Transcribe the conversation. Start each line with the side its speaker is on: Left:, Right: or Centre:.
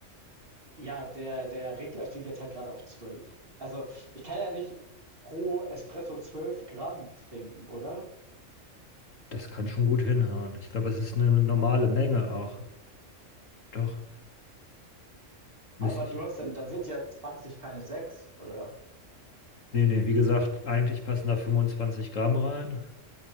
Right: ja, der, der Regler steht jetzt halt gerade auf 12. Also ich kann ja nicht pro Espresso 12 Gramm trinken, oder?
Left: Das kann schon gut hinhauen. Ich glaube, es ist eine normale Menge auch. Doch, müsste
Right: Aber du
Left: ich noch.
Right: hast dann dann sind ja 20 keine 6, oder?
Left: Nee, nee, wie gesagt, eigentlich passen da 25 Gramm rein.